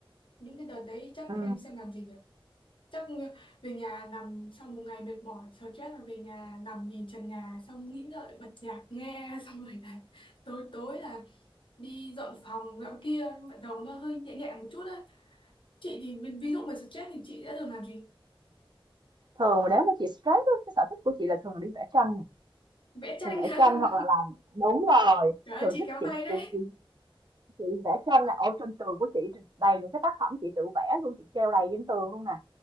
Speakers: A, on the left; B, on the right.
A: những cái đợt đấy chắc
B: Ừ.
A: em xem làm gì được chắc về nhà nằm sau một ngày mệt mỏi stress là về nhà nằm nhìn trần nhà xong nghĩ ngợi bật nhạc nghe <laughs> xong rồi là tối tối là đi dọn phòng dọn kia bắt đầu nó hơi nhẹ nhẹ một chút á chị thì ví, ví dụ mà stress thì chị sẽ thường làm gì
B: thường mà nếu mà chị stress á, cái sở thích của chị là thường là đi vẽ tranh nè
A: vẽ tranh
B: thường vẽ
A: <laughs>
B: tranh hoặc là làm đúng rồi
A: trời ơi
B: thường
A: chị
B: thích
A: kéo
B: chị,
A: tay đấy
B: chị chị vẽ tranh là ở trên tường của chị đầy những cái tác phẩm chị tự vẽ luôn chị treo đầy trên tường luôn nè